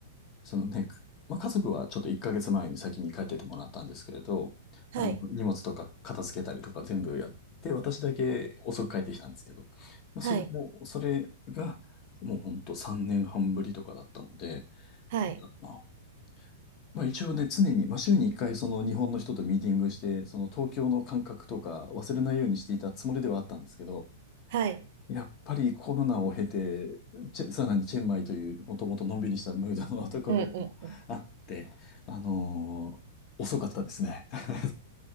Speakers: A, on the left; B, on the right.
A: そのね、まあ、家族はちょっと1ヶ月前に先に帰っててもらったんですけれど、
B: はい。
A: あの、荷物とか片付けたりとか全部やって、私だけ遅く帰ってきたんですけど、まあ、
B: はい。
A: それも、それが、もうほんと3年半ぶりとかだったので、
B: はい。
A: なんだろうな。まあ一応ね、常に、まあ週に一回その日本の人とミーティングして、その東京の感覚とか忘れないようにしていたつもりではあったんですけど、
B: はい。
A: やっぱりコロナを経て、チェさらにチェンマイというもともとのんびりしたムードのところもあって、
B: うんうんうん。
A: あのー遅かったですね。<laughs>